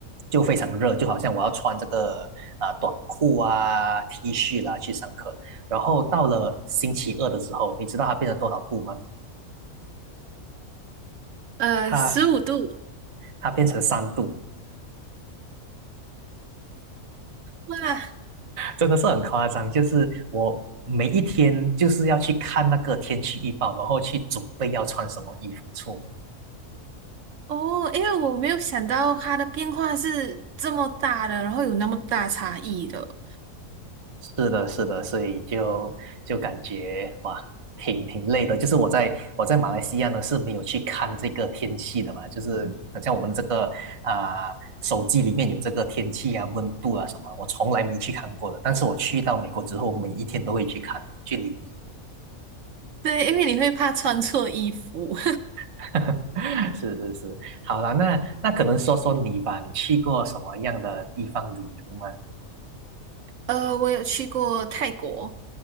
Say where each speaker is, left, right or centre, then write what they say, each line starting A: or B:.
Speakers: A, on the right; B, on the right.
A: 就非常热，就好像我要穿这个啊、短裤啊、T 恤啦去上课。然后到了星期二的时候，你知道它变成多少度吗？
B: 呃，
A: 它
B: 十五度，
A: 它变成三度，
B: 哇。
A: 真的是很夸张。就是我每一天就是要去看那个天气预报，然后去准备要穿什么衣服出门。
B: 哦，因为我没有想到它的变化是这么大的，然后有那么大差异的。
A: 是的，是的，所以就就感觉哇，挺挺累的。就是我在我在马来西亚呢是没有去看这个天气的嘛，就是好像我们这个啊、手机里面有这个天气啊、温度啊什么，我从来没去看过的。但是我去到美国之后，每一天都会去看，去留意。
B: <laughs> 对，因为你会怕穿错衣服。
A: <laughs> 是是是，好啦，那那可能说说你吧，你去过什么样的地方旅游吗？
B: <laughs> 呃，我有去过泰国，